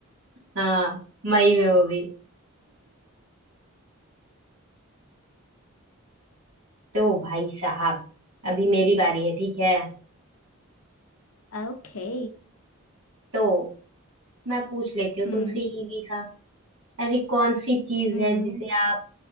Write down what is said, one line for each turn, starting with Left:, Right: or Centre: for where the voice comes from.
Right: हाँ मई में वो भी तो भाई साहब अभी मेरी बारी है ठीक है
Left: <laughs> ओके
Right: तो मैं पूछ लेती हूँ
Left: हम्म
Right: तुमसे इजी सा ऐसी कौन सी चीज
Left: हम्म
Right: है जिसे आप